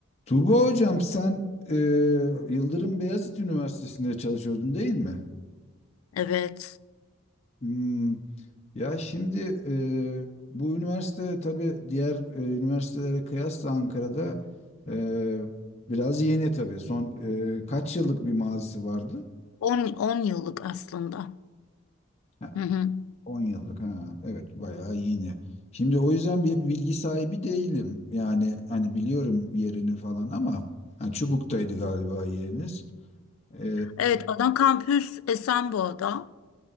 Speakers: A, on the left; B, on the left.
A: Tuğba hocam sen e, Yıldırım Beyazıt Üniversitesi'nde çalışıyordun değil mi?
B: Evet.
A: Hmm, Ya şimdi e, bu üniversite tabii diğer e, üniversitelere kıyasla Ankara'da e, biraz yeni tabii. Son e, kaç yıllık bir mazisi vardı?
B: on on yıllık aslında.
A: Ha,
B: Hı hı.
A: 10 yıllık ha evet bayağı yeni. Şimdi o yüzden bir bilgi sahibi değilim. Yani hani biliyorum yerini falan ama ha, Çubuk'taydı galiba yeriniz. E,
B: Evet, ana kampüs Esenboğa'da.